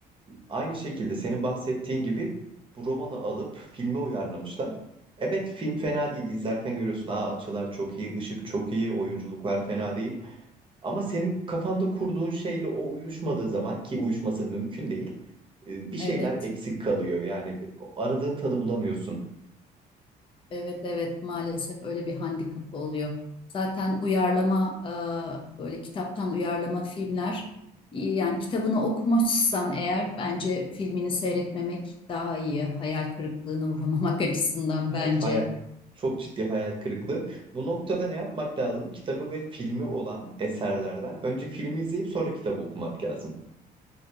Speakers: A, on the right (about 30°); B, on the left (about 30°).
A: Aynı şekilde senin bahsettiğin gibi bu romanı alıp filme uyarlamışlar. Evet film fena değil. İzlerken görüyorsun Aa, açılar çok iyi, ışık çok iyi, oyunculuklar fena değil. Ama senin kafanda kurduğun şeyle o uyuşmadığı zaman ki uyuşması mümkün değil. e, Bir şeyler
B: Evet.
A: eksik kalıyor. Yani aradığın tadı bulamıyorsun.
B: Evet evet maalesef öyle bir handikapı oluyor. Zaten uyarlama e, böyle kitaptan uyarlama filmler iyi. yani kitabını okumuşsan eğer bence filmini seyretmemek daha iyi. Hayal kırıklığına uğramamak <laughs> açısından
A: Evet
B: bence.
A: hayal çok ciddi hayal kırıklığı. Bu noktada ne yapmak lazım? Kitabı ve filmi olan eserlerden önce filmi izleyip sonra kitabı okumak lazım.